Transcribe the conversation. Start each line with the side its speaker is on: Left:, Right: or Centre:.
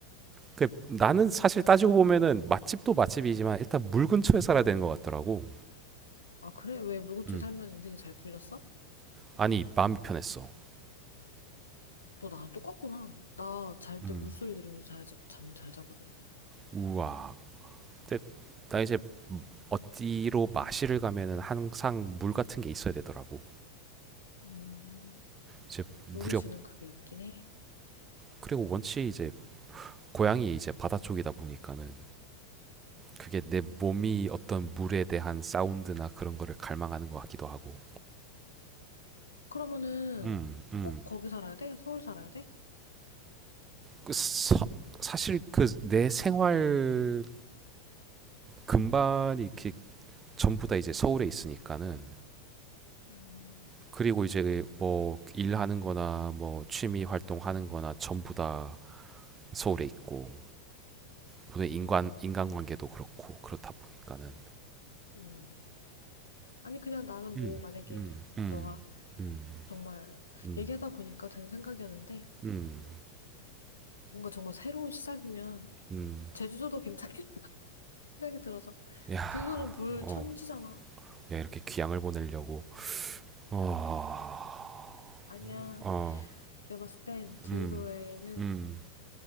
Right: 그 나는 사실 따지고 보면은 맛집도 맛집이지만 일단 물 근처에 살아야 되는 것 같더라고.
Left: 아, 그래? 왜 물고기
Right: 음.
Left: 살면 인생이 잘 풀렸어?
Right: 아니 마음이 편했어.
Left: 너 나랑 똑같구나. 나 잘
Right: 음.
Left: 때 물소리 들으면서 자야지 잠 잘 자거든.
Right: 우와. 근데 나 이제 어디로 마시를 가면은 항상 물 같은 게 있어야 되더라고.
Left: 음.
Right: 이제 무렵
Left: 물이 주는 그게 있긴 해.
Right: 그리고 원체 이제 고향이 이제 바다 쪽이다 보니까는 그게 내 몸이 어떤 물에 대한 사운드나 그런 거를 갈망하는 것 같기도 하고.
Left: 그러면은
Right: 음. 음.
Left: 꼭 거기 살아야 돼? 서울 살아야 돼?
Right: 그 서- 사실 그 내 생활 근반이 이렇게 전부 다 이제 서울에 있으니까는
Left: 음.
Right: 그리고 이제 뭐 일하는 거나 뭐 취미 활동하는 거나 전부 다 서울에 있고 보통 인간
Left: 어,
Right: 인간관계도 그렇고 그렇다 보니까는
Left: 음. 아니, 그냥 나는
Right: 음,
Left: 뭐, 만약에
Right: 음, 음,
Left: 너가
Right: 음,
Left: 정말
Right: 음,
Left: 얘기하다 보니까 드는 생각이었는데,
Right: 음,
Left: 뭔가 정말 새로운 시작이면,
Right: 음.
Left: 제주도도 괜찮겠다 <laughs> 생각이 들어서,
Right: 야,
Left: 제주도는 물
Right: 어,
Left: 천지잖아.
Right: 야 이렇게 귀향을 보내려고 어,
Left: 아니야.
Right: 어,
Left: 내가 봤을 땐 제주도에는
Right: 음, 음,